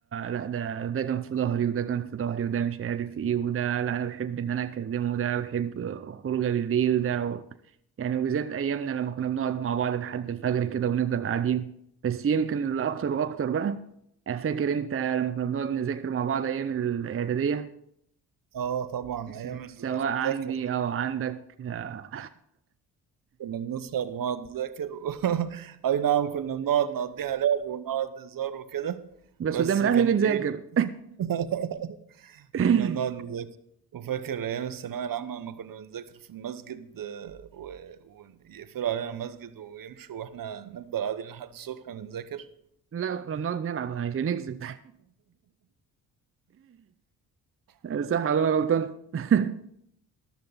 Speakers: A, on the right; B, on the right.
A: لا ده ده كان في ظهري وده كان في ظهري وده مش عارف إيه وده لا أنا بحب إن أنا أكلمه وده بحب خروجه بالليل ده يعني وبالذات أيامنا لما كنا بنقعد مع بعض لحد الفجر كده ونفضل قاعدين بس يمكن اللي أكتر وأكتر بقى فاكر أنت لما كنا بنقعد نذاكر مع بعض أيام الإعدادية
B: آه طبعا
A: س-
B: أيام المذاكرة
A: سواء عندي
B: دي
A: او عندك آه،
B: كنا بنسهر ونقعد نذاكر و... <laughs> أي نعم كنا بنقعد نقضيها لعب ونقعد هزار وكده
A: <laughs> بس
B: بس
A: قدام الاهل
B: كانت
A: بنذاكر
B: إيه <laughs>
A: <laughs>
B: كنا بنقعد نذاكر وفاكر أيام الثانوية العامة لما كنا بنذاكر في المسجد آه، و... ويقفلوا علينا المسجد ويمشوا وإحنا نفضل قاعدين لحد الصبح بنذاكر <laughs>
A: لا كنا بنقعد نلعب عشان نكسب <laughs> صح ولا انا غلطان <laughs>